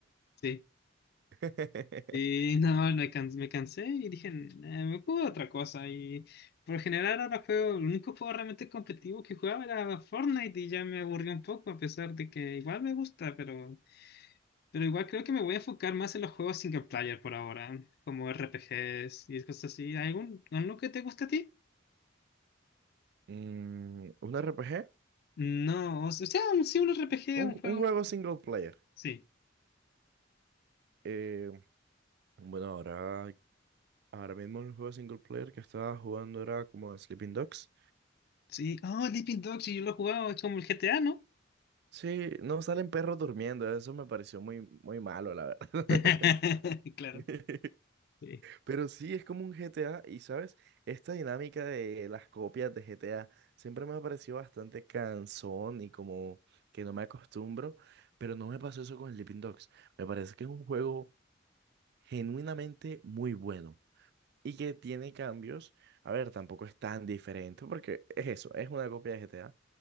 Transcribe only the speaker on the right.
<laughs>
Mm, ¿un RPG?
Un,
un juego single player.
Eh, bueno, ahora Ahora mismo el juego single player que estaba jugando era como Sleeping Dogs.
Sí, no salen perros durmiendo, eso me pareció muy, muy malo, la verdad.
<laughs>
Pero sí, es como un GTA y, ¿sabes? Esta dinámica de las copias de GTA siempre me ha parecido bastante cansón y como que no me acostumbro, pero no me pasó eso con Sleeping Dogs. Me parece que es un juego genuinamente muy bueno y que tiene cambios. A ver, tampoco es tan diferente porque es eso, es una copia de GTA